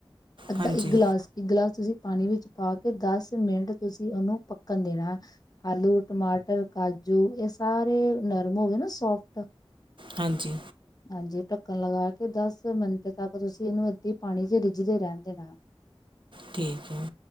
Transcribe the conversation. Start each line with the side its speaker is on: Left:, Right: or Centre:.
Left: ਅੱਧਾ
Right: ਹਾਂਜੀ
Left: ਇੱਕ ਗਿਲਾਸ ਇੱਕ ਗਿਲਾਸ ਤੁਸੀਂ ਪਾਣੀ ਵਿੱਚ ਪਾ ਕੇ ਦਸ ਮਿੰਟ ਤੁਸੀਂ ਉਹਨੂੰ ਪੱਕਣ ਦੇਣਾ। ਆਲੂ ਟਮਾਟਰ ਕਾਜੂ ਇਹ ਸਾਰੇ ਨਰਮ ਹੋ ਗਏ ਨਾ ਸੋਫਟ।
Right: ਹਾਂਜੀ
Left: ਹਾਂਜੀ ਢੱਕਣ ਲਗਾ ਕੇ ਦਸ ਮਿੰਟ ਤੱਕ ਤੁਸੀਂ ਇਹਨੂੰ ਏਦਾਂ ਹੀ ਪਾਣੀ ਚ ਰਿੱਝਦੇ ਰਹਿੰਣ ਦੇਣਾ।
Right: ਠੀਕ ਹੈ।